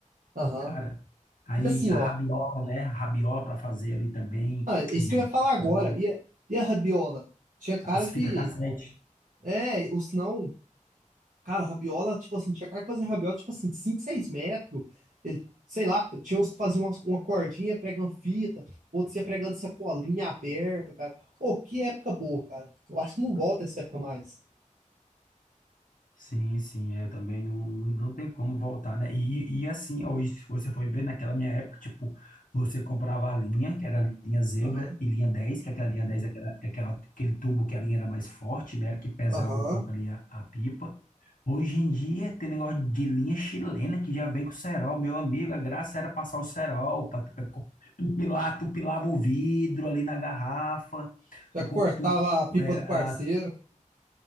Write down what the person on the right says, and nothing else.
aham.
E assim,
ó,
ah, é
isso que eu
ia falar agora.
E, a- e a rabiola? Tinha cara
que.
É, ou senão, cara, rabiola, tipo assim, tinha cara que fazia rabiola, tipo assim, 5 6 metros. Ele- sei lá, tinha uns que faziam uma, uma cordinha pregando fita, outros ia pregando sacolinha aberta, cara. Ô, que época boa, cara. Eu acho que não volta essa época mais.
Aham,
aham.
Já cortava
a pipa
do
parceiro.